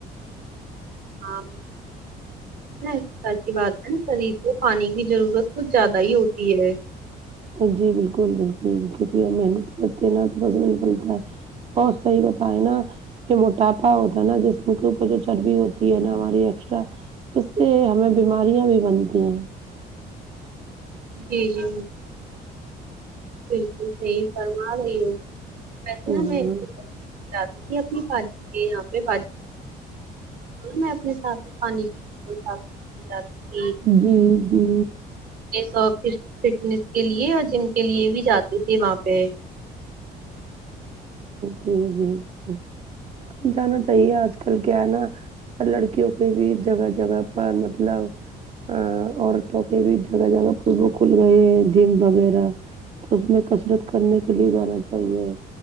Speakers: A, on the right; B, on the right.
A: ہاں شریر بات ہے نا شریر کو پانی کی ضرورت کچھ زیادہ ہی ہوتی ہے
B: جی بالکل بالکل کیونکی ہم محنت کرتے ہیں نہ تو پسینہ نکلتا ہے بہت صحیح بتائے نا یے موٹاپا ہوتا ہے نا جسم کے اوپر جو چربی ہوتی ہے نا ہماری ایکسٹرا اس سے ہمیں بیماریاں بھی بنتی ہیں
A: جی جی بکل سہی فرما رہی ہوگی وسے
B: ہوں
A: ہمیں <unintelligible> میں اپنے ساتھ پانی <unintelligible> جاتی
B: جی جی
A: یے سب فش فٹنیس کے لیے اور جم کے لیے بھی جاتے تھے وہاں پے
B: جی جی جی جانا چاہیے آج کل کیا ہے نا لڑکیوں کے بیچ جگہ جگہ پر مطلب آ عورتوں کے بھی جگہ جگہ پر وہ کھل گئے ہیں جم وغیرہ تو اس میں کسرت کرنے کے لیے جانا چاہیے